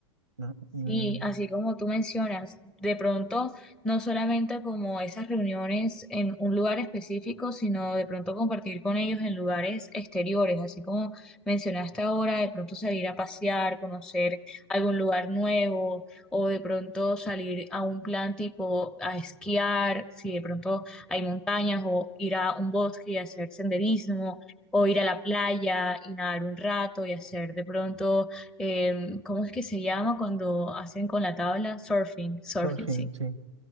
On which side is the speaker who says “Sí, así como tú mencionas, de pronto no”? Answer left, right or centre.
Centre